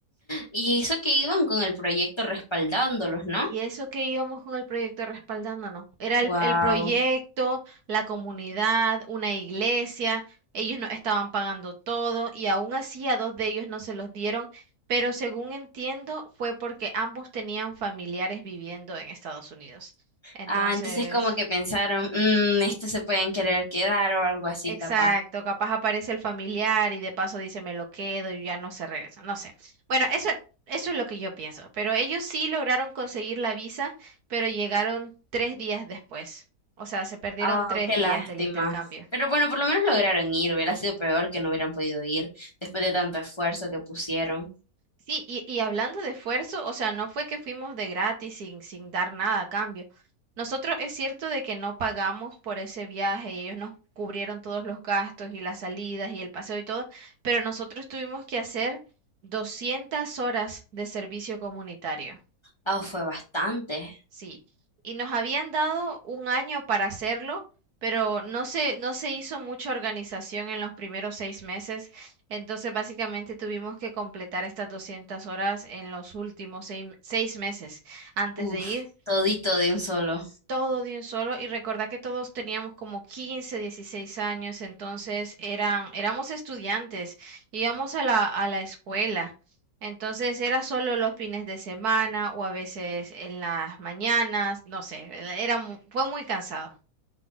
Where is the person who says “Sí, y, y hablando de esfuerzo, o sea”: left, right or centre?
Right